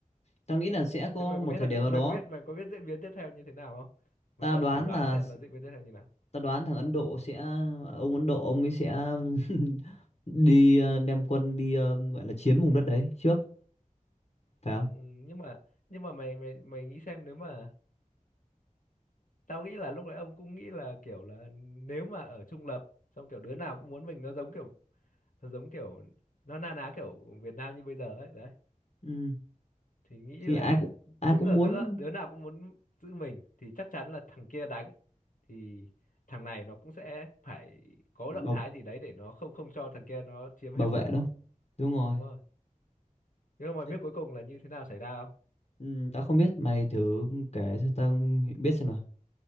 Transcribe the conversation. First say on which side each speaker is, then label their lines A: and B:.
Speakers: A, on the left; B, on the left.
A: Tao nghĩ là sẽ có
B: thế mày
A: một
B: có biết
A: thời điểm
B: mày
A: nào đó
B: có biết mày có biết diễn biến tiếp theo như thế nào không
A: tao
B: mày có
A: đoán
B: thử đoán
A: là
B: xem là diễn biến tiếp theo như nào
A: ta đoán thằng Ấn Độ sẽ ông Ấn Độ ông ấy sẽ <laughs> đi ờ, đem quân đi ờ, gọi là chiếm vùng đất đấy trước phải không
B: ừ, nhưng mà nhưng mà mày mày mày nghĩ xem nếu mà tao nghĩ là lúc đấy ông cũng nghĩ là kiểu là nếu mà ở trung lập xong kiểu đứa nào cũng muốn mình nó giống kiểu nó giống kiểu nó na ná kiểu Việt Nam như bây giờ ấy đấy
A: ừ.
B: thì nghĩ
A: thì
B: là
A: ai cũng ai
B: đứng
A: cũng
B: ở
A: muốn
B: giữa đứa nào cũng muốn giữ mình thì chắc chắn là thằng kia đánh thì thằng này nó cũng sẽ phải có
A: bảo
B: động thái gì đấy để nó không không cho thằng kia nó chiếm
A: bảo
B: hết
A: vệ
B: mình
A: đâu đúng rồi
B: đúng rồi nhưng mà mày
A: Thế-
B: biết cuối cùng là như thế nào xảy ra không
A: ừ, tao không biết mày thử kể cho tao biết xem nào